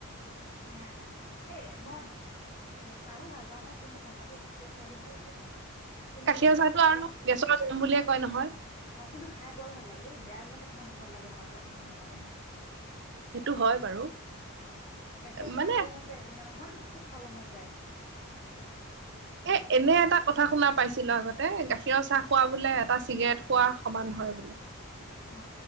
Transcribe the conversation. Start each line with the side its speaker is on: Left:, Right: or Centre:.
Left: নাই নাই এ মই চাহো ভাল পাওঁ মানে কোনটো ভাল লাগে গাখীৰ চাহতটো ভাল লাগে মই কিন্তু
Right: গাখীৰ
Left: এইবিলাক
Right: চাহটো
Left: খাব
Right: আৰু গেছৰ জাম বুলিয়ে কয় নহয়
Left: অ কিন্তু খাই বৰ ভাল লাগে এই বেয়া বিলাক তোমাৰ মুখত লাগে ভাল বিিলাক মুখত নালাগে নহয়
Right: সেইটো হয় বাৰু
Left: গাখীৰ চাহ
Right: মানে
Left: খাব মন যায় একো মানে হন খুব খাব মন যায়
Right: এ এনে এটা কথা শুনা পাইছিলো আগতে গাখীৰৰ চাহ খোৱা বোলে এটা চিগাৰেট খোৱা সমান হয় বোলে
Left: অ